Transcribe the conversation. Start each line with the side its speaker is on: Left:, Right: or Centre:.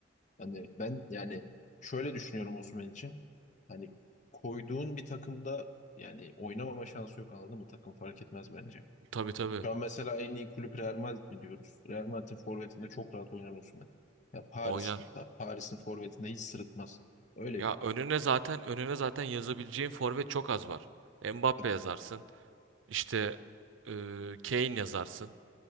Left: Hani ben yani şöyle düşünüyorum Osimhen için. Hani koyduğun bir takımda yani oynamama şansı yok anladın mı? Takım fark etmez bence.
Right: Tabii tabii.
Left: Şu an mesela en iyi kulüp Real Madrid mi diyoruz? Real Madrid'in forvetinde çok rahat oynar Osimhen. Ya Paris'in
Right: Oynar.
Left: da Paris'in forvetinde hiç sırıtmaz. Öyle
Right: Ya
Left: bir top.
Right: önüne zaten önüne zaten yazabileceğin forvet çok az var. Mbappe
Left: Tabii.
Right: yazarsın. İşte e, Kane yazarsın.